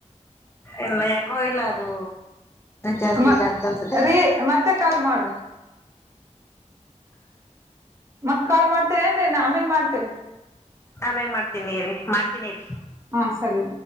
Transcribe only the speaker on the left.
ಎಲ್ಲ ಯಾಕೋ ಇಲ್ಲ ಅದು ಜಾಸ್ತಿ
ಇದಾಗ್ತ ಅನ್ಸತ್ತೆ.
ಆಮ್ಯಾಗ ಮಾಡ್ತೀನಿ ಇರಿ ಮಾಡ್ತೀನಿ ಇರಿ.